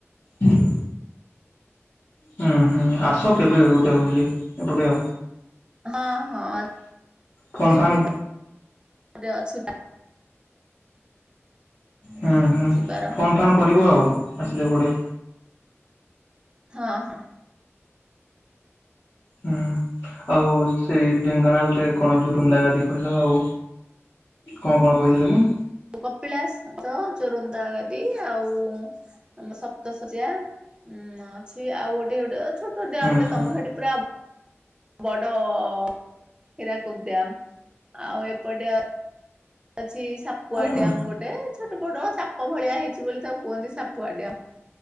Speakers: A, on the left (about 60°); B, on the right (about 20°).
A: ହଁ ହୁଁ ହୁଁ ଆସ କେବେ ଗୋଟେ ବୁଲି ଏପଟେ
B: <unintelligible> ହଁ
A: ଫୋନ୍
B: ଯିବି
A: ଫାନ୍
B: ପା ରେ ଅଛି ପା।
A: ହୁଁ ହୁଁ
B: ଯିବାର
A: ଫୋନ୍ ଫାନ୍ କରିବ ଆଉ ଆସିଲେ ଏପଟେ।
B: ହଁ ହଁ।
A: ହୁଁ ଆଉ ସେଇ ଢେଙ୍କାନାଳରେ କଣ ଜୋରୁନ୍ଦା ଗାଦି କହିଲ ଆଉ କଁ କଣ କହିଥିଲ କି?
B: ଯୋଉ କପିଳାସ ହଁ ତ ଜୋରନ୍ଦା ଗାଦି ଆଉ ଉଁ ଆମ ସପ୍ତଶଯ୍ୟା। ଉଁ ଅଛି ଆଉ ଗୋଟେ ଗୋଟେ ଛୋଟ ଡ୍ୟାମଟେ
A: ହୁଁ ହୁଁ
B: ତମ ସେଠି ପୁରା ବଡ ହୀରାକୁଦ ଡ୍ୟାମ୍ ଆଉ ଏପଟେ ଅଛି ସାପ୍ ପୁଆ
A: ହଁ
B: ଡ୍ୟାମ୍ ଗୋଟେ ଛୋଟ ବଡ ସାପ ଭଳିଆ ହେଇଛି ବୋଲି ତାକୁ କୁହନ୍ତି ସାପୁଆ ଡ୍ୟାମ୍।